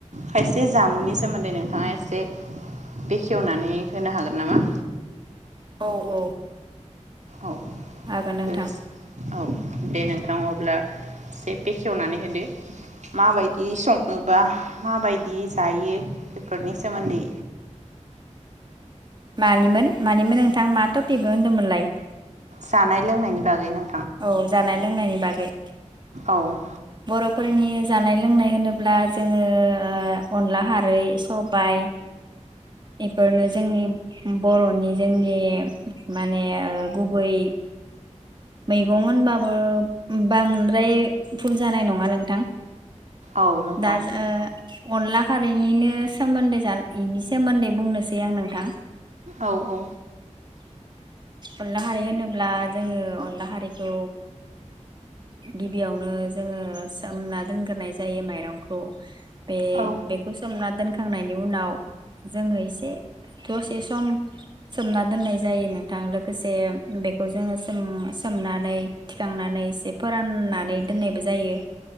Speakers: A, on the right; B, on the right.
A: खायसे जामुनि सोमोन्दै नोंथाङा एसे बेखेवनानै होनो हागोन नामा?
B: औ औ।
A: औ
B: हागोन नोंथां
A: लोगोस औ दे नोंथाङा अब्ला एसे बेखेवनानै होदो माबायदि सङोबा माबायदि जायो बेफोरनि सोमोन्दै।
B: मानिमोन मानिमोन नोंथां मा थफिख होन्दोंमोनलाय?
A: जानाय लोंनायनि बागै नों
B: औ जानाय लोंनायनि बाद बे
A: औ।
B: बर'फोरनि जानाय लोंनाय होनोब्ला जोङो ओ अनला हारै सबाय एफोरनो जोंनि बर'नि जोंनि माने ओ गुबै मैगं होनबाबो बांद्राय फुल जानाय नङा नोंथां।
A: औ नोंथां
B: दाज ओ अनला खारैनिनो सोमोन्दै जाना इनि सोमोन्दै बुंनो नोसै आं नोंथां।
A: औ औ
B: अनला खारै होनोब्ला जोङो अनला खारैखौ गिबियावनो जोङो सोमना दोनग्रोनाय जायो माइरंखौ। बे
A: औ
B: बेखौ सोमना दोनखो थांनायनि उनाव जोङो एसे दसे सम सोमना दोननाय जायो नों थां लोगोसे बेखौ जोङो सोम-सोमनानै थिखांनानै एसे फोराननानै दोननायबो जायो।